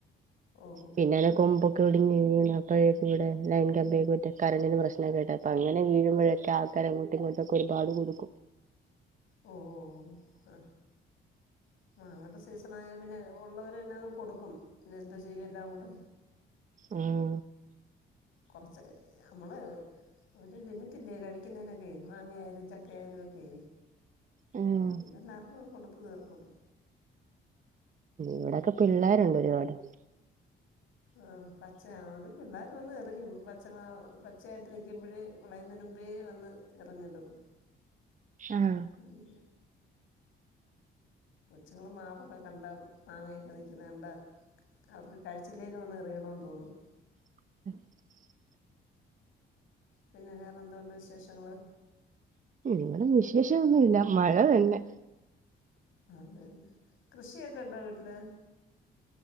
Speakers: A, on the left (about 85°); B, on the right (about 40°).
A: ഓ
B: പിന്നനു കൊമ്പൊക്കെ ഒടിഞ് വീണ് അപ്പോഴെക്കിവടെ ലൈൻ കമ്പിക്കിട്ട് കറണ്ടിന് പ്രശ്നൊക്കെയായിട്ട് അപ്പോ അങ്ങനെ വീഴുമ്പോഴൊക്കെ ആ ക്കര അങ്ങോട്ടും ഇങ്ങോട്ടൊക്കെ ഒരുപാട് കൊടുക്കും
A: ഓ ഓ ഓ ആ അങ്ങൻത്തെ സെയ്സ് മയായ പിന്നെ ഉള്ളവര് പിന്നങ്ങ് കൊടുക്കും പിന്നെന്താ ചെയ്യ എല്ലാം കൂടെ
B: ഉം
A: കൊർച്ചൊക്കെ ഞമ്മള് ഒരു ലിമിറ്റില്ലേ കഴിക്കുന്നതിനൊക്കെ മാങ്ങയായാലും ചക്കയായാലും ഒക്കെ
B: ഉം
A: പിന്നെല്ലാർക്കും കൊടുത്തു തീർത്തു
B: ഇവിടൊക്കെ പിള്ളേരുണ്ട് ഒരുപാട്
A: ആഹ് പച്ച അത് പിള്ളേർ വന്ന് എറിയും പച്ച പച്ചയായിട്ട് നിൽക്കുമ്പഴെ വിളയുന്നേന് മുമ്പേ വന്ന് എറിഞ്ഞിടും
B: ആഹ്
A: ഉം കൊച്ചുങ്ങൾ മാവൊക്കെ കണ്ടാ മാങ്ങയൊക്കെ നിക്കുന്നത് കണ്ടാ അവർക്ക് കഴിച്ചില്ലേലും ഒന്ന് എറിയണോന്ന് തോന്നും
B: <unintelligible>
A: പിന്നെ വേറെന്തോണ്ട് വിശേഷങ്ങള്
B: ഇവടെ വിശേഷൊന്നുല്ല മഴ തന്നെ
A: അതെന്നെ കൃഷിയൊക്കെണ്ടോ വീട്ടില്